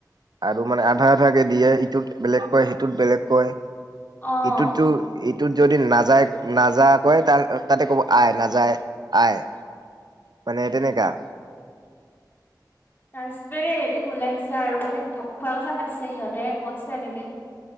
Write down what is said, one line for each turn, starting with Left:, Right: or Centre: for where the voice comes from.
Right: আৰু মানে আধা আধাকে দিয়ে, ইটোক বেলেগ কয়, সিটোক বেলেগ কয়
Left: অ
Right: ইটোতো এইট টোত যদি নাযায় নাযা কয়, তাৰ তাতে ক'ব আয়, নাযায়, আয়। মানে তেনেকা।
Left: তাৰছতে আৰু এদিন মোলে আহিছে আৰু মানে ভাত খোৱাৰ কথা পাতিছে সিহঁতে, কৈছে এনেকে,